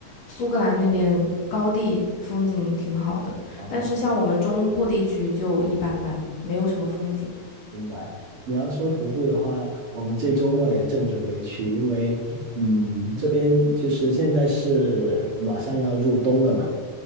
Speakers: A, on the left; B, on the right.
A: 苏格兰那边高地风景挺好的，
B: 哦，
A: 但是像我们中部地区就一般般，没有什么风景。
B: 明白。你要说徒步的话，我们这周末也正准备去，因为嗯，这边就是现在是马上要入冬了嘛，